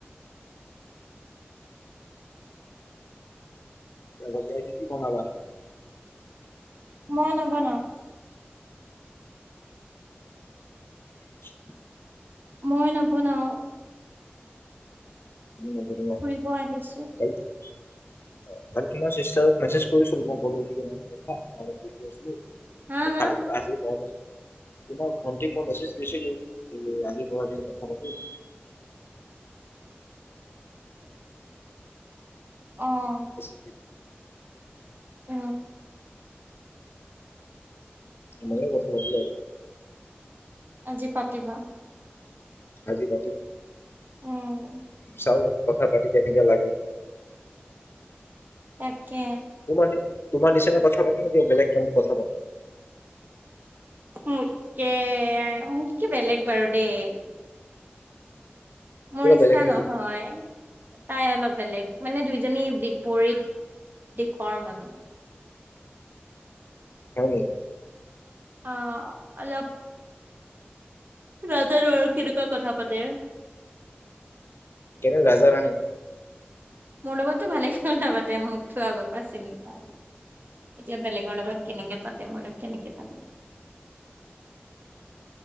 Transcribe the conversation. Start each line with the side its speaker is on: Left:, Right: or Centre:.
Left: জলকীয়া দি কি বনাবা?
Right: মই নবনাও।
Left: <inaudible>
Right: মই নবনাও।
Left: তুমি নবনোৱা
Right: ফুৰিব আহিছো
Left: <unintelligible> হয়, তোমাৰ চিষ্টাৰক মেছেজ কৰিছিলো মই কলো এনেকুৱা কথা অলপ বিজি আছিলো। <unintelligible>
Right: হা হা
Left: আজি <unintelligible> তোমাক ভণ্টিক মই মেছেজ দিছিলো, কিন্তু আজি পৰা নাই কথা পাতিবলৈ।
Right: অ',
Left: <unintelligible>
Right: উম।
Left: তোমাৰ লগত কথা পাতিলোঁ আজি।
Right: আজি পাতিবা?
Left: আজি পাতিম।
Right: উম।
Left: চাও কথা পাতি কেনেকা লাগে।
Right: তাকে।
Left: তোমাৰ-তোমাৰ নিচিনা কথা পাতে নে বেলেগ ধৰণত কথা পাতে?
Right: মোতকে, মোতকে বেলেগ বাৰু দেই।
Left: কিবা
Right: মোৰ নিছিনা
Left: বেলেগ নেকি
Right: নহয়। তাই অলপ বেলেগ, মানে দুইজনী বিপৰীত দিশৰ মানুহ।
Left: হয়নি?
Right: অ', অলপ নাজানো আৰু কেনেকুৱা কথা পাতে।
Left: <unintelligible>
Right: মোৰ লগততো ভালে কথা পাতে, মোকতো আগৰ পৰাা চিনি পায়। এতিয়া বেলেগৰ লগত কেনেকে পাতে মইনো কেনেকে জানিম।